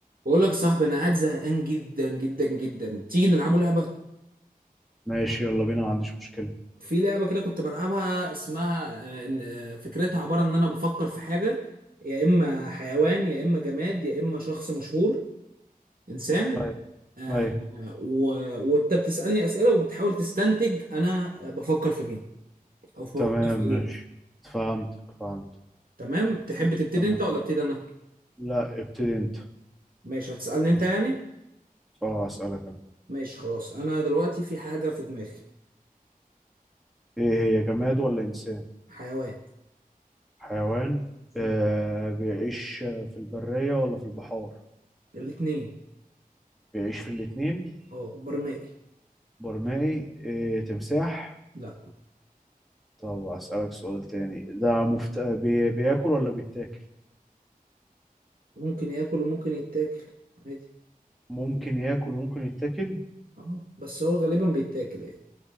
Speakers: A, on the right; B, in the centre.
A: بقول لك يا صاحبي انا قاعد زهقان جدا جدا جدا تيجي نلعبوا لعبه
B: ماشي يلا بينا ما عنديش مشكلة
A: في لعبه كده كنت بلعبها اسمها آه، إن- آه، فكرتها عباره ان انا بفكر في حاجه يا اما حيوان يا اما جماد يا اما شخص مشهور انسان
B: طيب أيوة
A: آه، و- وانت بتسالني اسئله وبتحاول تستنتج انا آه، بفكر في مين او بفكر
B: تمام
A: في
B: ماشي
A: ايه
B: فهمتك فهمت
A: تمام تحب تبتدي
B: تمام
A: انت ولا ابتدي انا
B: لا ابتدي أنت
A: ماشي هتسالني انت يعني
B: أه أسألك أنا
A: ماشي خلاص انا دلوقتي في حاجه في دماغي
B: إيه هي جماد ولا إنسان؟
A: حيوان
B: حيوان آه
A: م.
B: بيعيش في البرية ولا في البحار؟
A: الاتنين
B: بيعيش في الاتنين
A: اه برمائي
B: برمائي إيه تمساح
A: لا
B: طب أسألك سؤال تاني ده مفت... بي... بياكل ولا بيتاكل؟
A: ممكن ياكل وممكن يتاكل عادي
B: ممكن ياكل ممكن يتاكل
A: اه بس هو غالبا بيتاكل يعني